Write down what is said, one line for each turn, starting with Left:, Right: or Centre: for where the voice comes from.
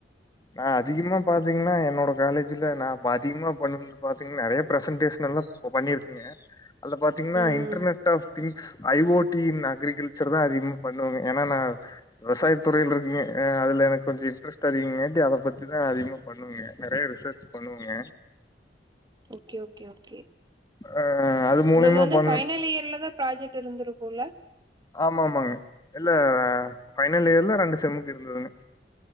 Left: நா அதிகமா பாத்தீங்கன்னா என்னோட காலேஜ்ல நா பாதிக்மா பண் பாத்தீங் நெறைய ப்ரசன்டேஷனல்லா போ பண்ணீர்க்கிங்க அல்ல பாத்தீங்னா
Right: ம்
Left: internet
Right: ம்
Left: of things IoT in agriculture தா அதிக்மு பண்ணுவாங்க ஏன்னா நாவ் விவசாய் துறைல் ருக்குங்க ஆ அதுல எனக் கொஞ்சு இன்ட்ரெஸ்ட் அதிகமேட்டி அத பத்தி தா அதிகமா பண்ணுவேங்க நெறயா ரிசச் பண்ணுவுங்க
Right: ஓகே ஓகே ஓகே
Left: ஆ அது மூலியமா
Right: உங்கள்து வந்து
Left: பண்
Right: ஃபைனல் இயர்லதா ப்ராஜட் இருந்துருக்கூல
Left: ஆமா ஆமாங்க இல்ல ஃபைனல் இயர்ல ரெண்டு செம்முக்கு இருந்துதுங்கு